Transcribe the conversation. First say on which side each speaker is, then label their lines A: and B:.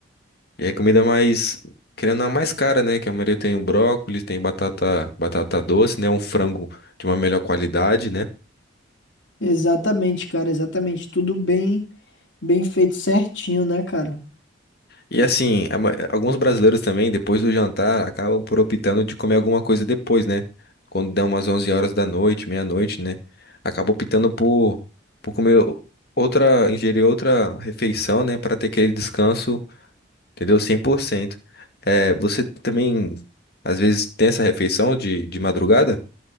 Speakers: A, on the left; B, on the left.
A: E é comida mais, querendo a mais cara, né? Que a maioria tem o brócolis, tem batata, batata doce, né? Um frango de uma melhor qualidade, né?
B: Exatamente, cara, exatamente. Tudo bem, bem feito certinho, né, cara?
A: E assim, a ma- alguns brasileiros também, depois do jantar, acabam por optando de comer alguma coisa depois, né? Quando dá umas 11 horas da noite, meia-noite, né? Acaba optando por, por comer o- outra, ingerir outra refeição, né? Para ter aquele descanso, entendeu? cem por cento É, você também, às vezes, tem essa refeição de, de madrugada?